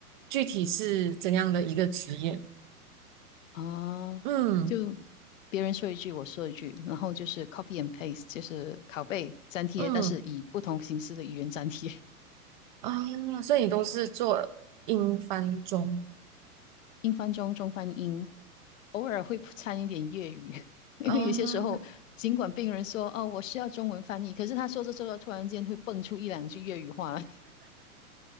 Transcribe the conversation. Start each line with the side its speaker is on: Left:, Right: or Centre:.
Right: 具体是怎样的一个职业。
Left: 啊，
Right: 嗯
Left: 就别人说一句，我说一句，然后就是 copy and paste，就是拷贝粘贴，
Right: 嗯
Left: 但是以不同形式的语言粘贴。<laughs>
Right: 啊，所以你都是做英翻中
Left: 英翻中，中翻英，偶尔会掺一点粤语，<laughs> 因为有些时候，
Right: 啊？
Left: 尽管病人说哦我是要中文翻译，可是他说着说着，突然间会蹦出一两句粤语话来。